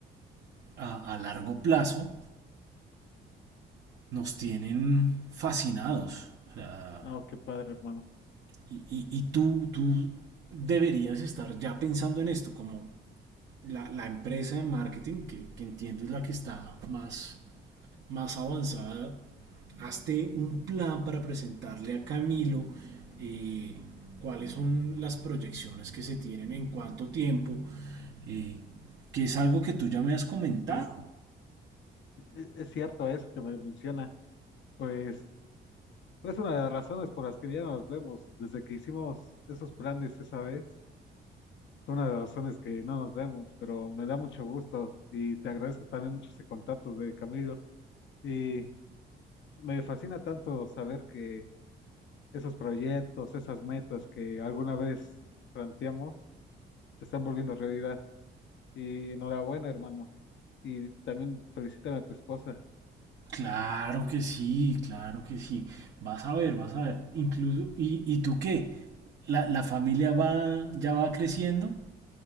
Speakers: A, on the right; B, on the left.
A: a, a, largo plazo nos tienen fascinados. O sea,
B: No, qué padre, hermano.
A: y, y, y tú, tú deberías estar ya pensando en esto, como la, la empresa de marketing, que, que entiendo es la que está más más avanzada, hazte un plan para presentarle a Camilo eh, cuáles son las proyecciones que se tienen en cuánto tiempo, eh, que es algo que tú ya me has comentado.
B: Y sí, e- es cierto eso que me menciona. Pues. Es una de las razones por las que ya no nos vemos. Desde que hicimos esos planes esa vez, fue una de las razones que no nos vemos, pero me da mucho gusto y te agradezco también mucho ese contacto de Camilo. Y me fascina tanto saber que esos proyectos, esas metas que alguna vez planteamos, se están volviendo realidad. Y enhorabuena, hermano. Y también felicítame a tu esposa.
A: Claro que sí, claro que sí. Vas a ver, vas a ver. Incluso, ¿y, y tú qué? ¿La, la familia va, ya va creciendo?